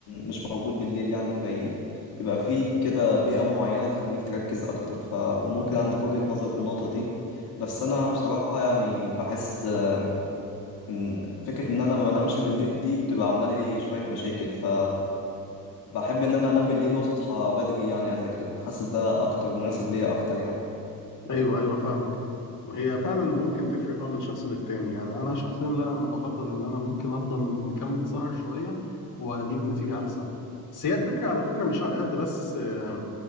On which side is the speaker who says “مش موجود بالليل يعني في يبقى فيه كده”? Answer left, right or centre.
Left